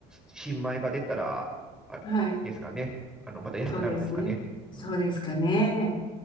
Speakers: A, in the centre; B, on the left (about 30°).
A: 新米が出たら、あ、
B: はい。
A: ですかね。あの、また安くなるんですかね。
B: そうですね。
A: うん
B: そうですかね。